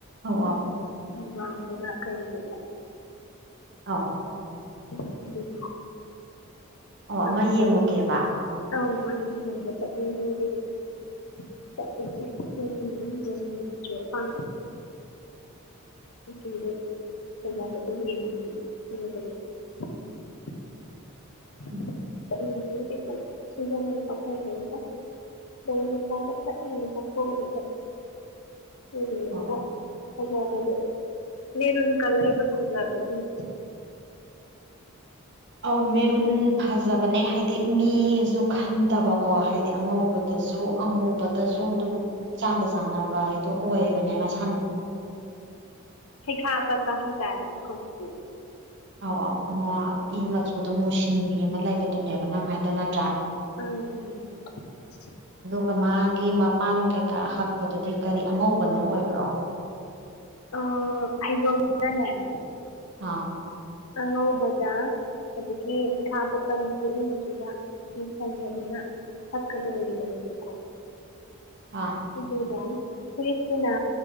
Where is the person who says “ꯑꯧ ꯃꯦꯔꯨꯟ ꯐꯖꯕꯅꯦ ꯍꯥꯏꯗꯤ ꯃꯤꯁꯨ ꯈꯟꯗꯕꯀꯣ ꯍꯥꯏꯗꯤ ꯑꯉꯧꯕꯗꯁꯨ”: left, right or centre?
Right